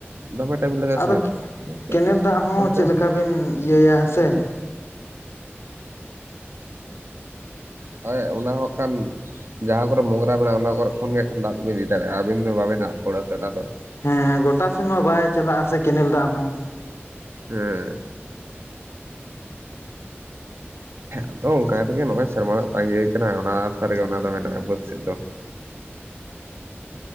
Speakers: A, on the right; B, on the left.
A: ᱫᱚᱢᱮ ᱴᱟᱭᱤᱢ ᱞᱟᱜᱟᱜᱼᱟ
B: ᱟᱫᱚ
A: ᱥᱮ ᱡᱟᱛᱮ
B: ᱠᱮᱱᱮᱞ ᱫᱟᱜ ᱦᱚᱸ
A: ᱚᱱᱛᱮ
B: ᱪᱮᱫ
A: ᱦᱟᱯᱮ
B: ᱞᱮᱠᱟ
A: ᱦᱩᱸ
B: ᱵᱤᱱ ᱤᱭᱟᱹᱭᱟ ᱥᱮ
A: ᱦᱟᱭ ᱚᱱᱟ ᱦᱚᱸ ᱠᱟᱱ ᱡᱟᱦᱟᱸ ᱠᱚᱨᱮ ᱢᱳᱜᱽᱨᱟ ᱢᱮᱱᱟᱜᱼᱟ ᱚᱱᱟ ᱠᱚᱨᱮ ᱠᱷᱚᱱ ᱜᱮ ᱮᱠᱷᱟᱱ ᱫᱟᱜ ᱫᱚᱵᱤᱱ ᱤᱫ ᱫᱟᱲᱮᱭᱟᱜᱼᱟ ᱟᱹᱵᱤᱱ ᱫᱚ ᱵᱟᱵᱤᱱ ᱟᱟᱜ ᱯᱟᱹᱲᱟ ᱥᱮ ᱚᱱᱟ ᱫᱚ᱾
B: ᱦᱮᱸ ᱜᱚᱴᱟ ᱥᱮᱱ ᱢᱟ ᱵᱟᱭ ᱪᱟᱞᱟᱜ ᱟᱥ ᱠᱮᱱᱮᱞ ᱫᱟᱜ ᱦᱚᱸ᱾
A: ᱦᱮᱸ ᱟᱫᱚ ᱚᱱᱠᱟ ᱛᱮᱜᱮ ᱱᱚᱜᱼᱚᱭ ᱥᱮᱨᱢᱟᱟᱜ ᱛᱟᱜᱤ ᱠᱟᱱᱟ ᱚᱱᱟ ᱠᱟᱛᱷᱟ ᱨᱮᱜᱮ ᱚᱱᱟ ᱫᱚ ᱢᱮᱱᱟᱜᱼᱟ ᱵᱟᱹᱫᱽ ᱥᱮᱫ ᱫᱚ᱾